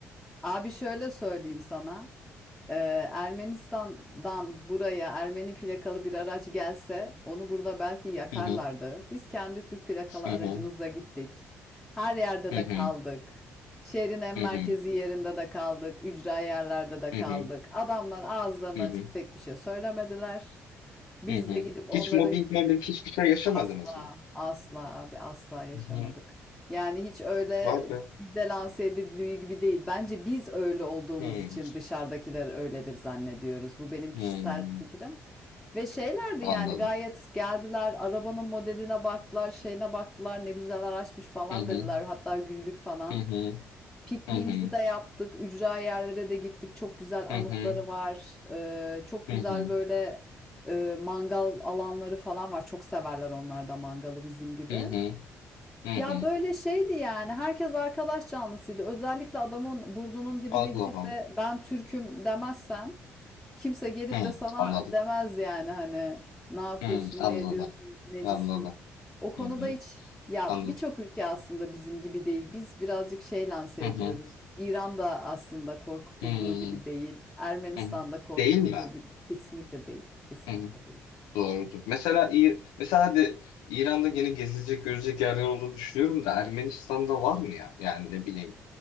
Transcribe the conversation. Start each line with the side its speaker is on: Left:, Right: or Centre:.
Centre: Abi şöyle söyleyeyim sana. Ee, Ermenistan'dan buraya Ermeni plakalı bir araç gelse onu burada belki yakarlardı.
Left: Hı hı,
Centre: Biz kendi Türk plakalı
Left: hı
Centre: aracımızla
Left: hı,
Centre: gittik. Her yerde
Left: hı
Centre: de
Left: hı,
Centre: kaldık. Şehrin en merkezi
Left: hı hı,
Centre: yerinde de kaldık. Ücra yerlerde de
Left: hı
Centre: kaldık.
Left: hı,
Centre: Adamlar ağızlarını
Left: hı
Centre: açıp
Left: hı,
Centre: tek bir şey söylemediler. Biz
Left: hı hı.
Centre: de gidip onların
Left: Hiç mobbing, mobbing hiçbir şey yaşamadınız
Centre: Asla,
Left: mı?
Centre: asla abi asla yaşamadık.
Left: Hı.
Centre: Yani hiç öyle
Left: Vay be.
Centre: bize lanse edildiği gibi değil. Bence biz öyle olduğumuz
Left: Hmm,
Centre: için dışarıdakiler öyledir zannediyoruz. Bu benim kişisel
Left: hmm.
Centre: fikrim. Ve şeylerdi
Left: Anladım.
Centre: yani gayet geldiler, arabanın modeline baktılar, şeyine baktılar, ne güzel araçmış falan
Left: Hı hı,
Centre: dediler. Hatta güldük falan.
Left: hı hı,
Centre: Pikniğimizi
Left: hı hı,
Centre: de yaptık. Ücra yerlere de gittik. Çok güzel
Left: hı
Centre: anıtları
Left: hı,
Centre: var. Ee, çok
Left: hı
Centre: güzel
Left: hı,
Centre: böyle e, mangal alanları falan var. Çok severler onlar da mangalı bizim gibi.
Left: hı hı, hı
Centre: Ya
Left: hı.
Centre: böyle şeydi yani. Herkes arkadaş canlısıydı. Özellikle adamın burnunun dibine
Left: Allah
Centre: gidip
Left: Allah.
Centre: de ben Türk'üm demezsen Kimse gelip
Left: Hı,
Centre: de sana
Left: anladım.
Centre: demez yani hani ne yapıyorsun,
Left: Hı, anladım.
Centre: ne ediyorsun, necisin.
Left: Anladım.
Centre: O konuda
Left: Hı hı,
Centre: hiç ya
Left: anladım.
Centre: birçok ülke aslında bizim gibi değil. Biz birazcık şey lanse
Left: Hı
Centre: ediyoruz.
Left: hı,
Centre: İran da aslında korkutulduğu
Left: hı
Centre: gibi değil. Ermenistan
Left: hı.
Centre: da korkutulduğu
Left: Değil mi?
Centre: gibi kesinlikle değil. Kesinlikle
Left: Hı hı,
Centre: değil.
Left: doğrudur. Mesela İr mesela hadi İran'da yine gezilecek, görecek yerler olduğunu düşünüyorum da Ermenistan'da var mı ya? Yani ne bileyim.